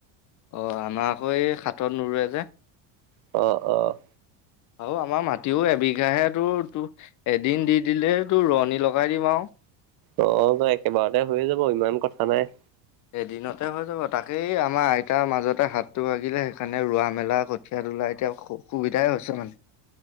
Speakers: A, on the left; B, on the right.
A: অ', আমাৰ আকৌ এই সাতত নোৰুৱে যে।
B: অ', অ'।
A: আৰু আমাৰ মাটিও এবিঘাহে তো-তোৰ এদিন দি দিলে তোৰ ৰোৱনী লগাই দিম আৰু।
B: অ', একেবাৰতে হৈয়ে যাব ইমান কথা নাই।
A: এদিনতে হৈ যাব তাকেই, আমাৰ আইতাৰ মাজতে হাতটো ভাগিলে সেইকাৰণে ৰোৱা মেলা কৰি খেত ওলাই তেঁও সু-সুবিধাই হৈছে মানে।